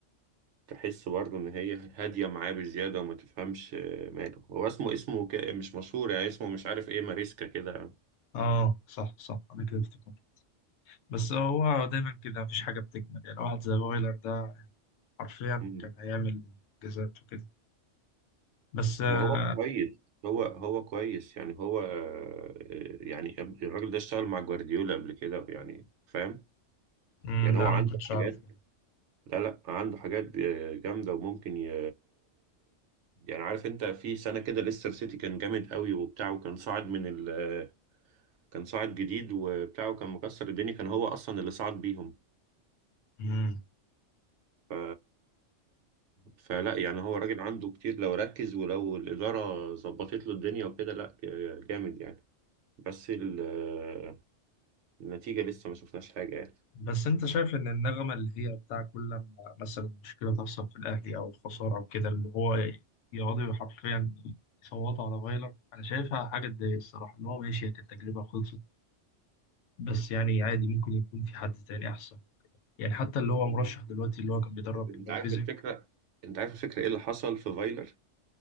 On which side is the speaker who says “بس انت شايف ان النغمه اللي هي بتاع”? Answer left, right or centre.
Left